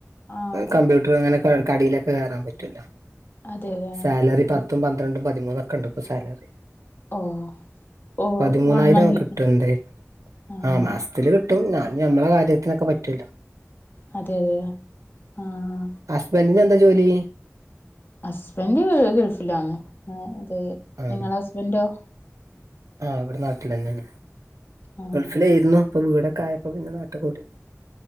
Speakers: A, on the left; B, on the right.
A: ആഹ്
B: കമ്പ്യൂട്ടർ ഇങ്ങനെ ക കടീലൊക്കെ കേറാൻ പറ്റാെലോ
A: അതെ അതെ
B: സാലറി പത്തും
A: ഉം
B: പൻ ന്ത്രണ്ടും പതിമൂന്നൊക്ക ഇണ്ട് ഇപ്പോ സാലറി
A: ഓഹ് ഓഹ്
B: പതിമൂന്നായിരം
A: വൺ മന്ത്
B: കിട്ട്ണ്ടേ
A: ആഹ്
B: ആ മാസം ത്ത്ല് കിട്ടും ഞം ഞമ്മളെ കാര്യത്തിനൊക്കെ പറ്റാെല്ലോ
A: അതെതെ ആഹ്
B: ഹസ്ബന്റിന് എന്താ ജോലി
A: ഹസ്ബന്റ് ഗൾ ഗൾഫിലാണ് ആഹ് അത്
B: ആഹ്
A: നിങ്ങളെ ഹസ്ബന്റോ
B: ആഹ് ഇവടെ നാട്ടിലെന്നേണ്
A: ആഹ്
B: ഗൾഫിലെയ്രുന്നു ഇപ്പൊ വീടൊക്കെ ആയപ്പോ പിന്നെ നാട്ട്കൂടി